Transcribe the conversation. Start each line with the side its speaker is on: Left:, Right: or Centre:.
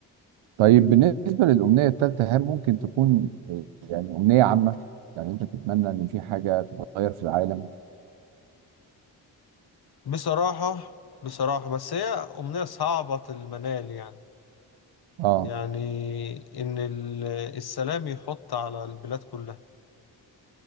Right: طيب بالنسبة للأمنية الثالثة هل ممكن تكون آه، يعني أمنية عامة؟ يعني أنت تتمنى إن في حاجة تتغير في العالم؟
Left: بصراحة بصراحة بس هي أمنية صعبة المنال يعني
Right: آه
Left: يعني إن ال- السلام يحط على البلاد كلها